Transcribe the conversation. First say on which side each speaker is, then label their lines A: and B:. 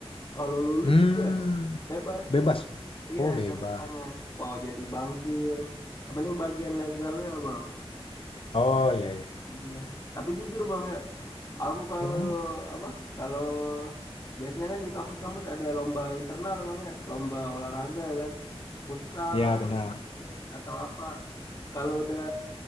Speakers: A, on the left (about 35°); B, on the left (about 60°).
A: kalau lulus
B: Hmm,
A: juga bebas
B: bebas.
A: iya
B: Oh, bebas.
A: cakupannya mau jadi bankir yang penting bagian legalnya bang
B: Oh, iya iya. iya.
A: Iya. tapi jujur bang ya aku kalau
B: Hmm,
A: apa kalau biasanya kan di kampus-kampus ada lomba internal bang ya lomba olahraga kan futsal
B: ya
A: lah
B: benar.
A: atau apa kalau udah